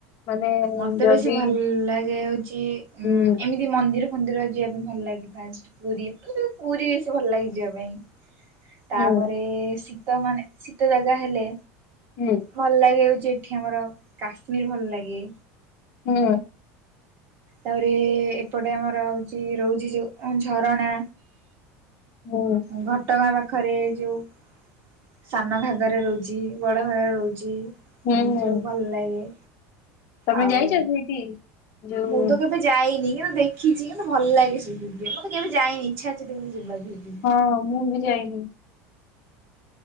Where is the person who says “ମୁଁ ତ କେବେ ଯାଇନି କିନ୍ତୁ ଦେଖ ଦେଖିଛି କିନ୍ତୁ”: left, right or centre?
Right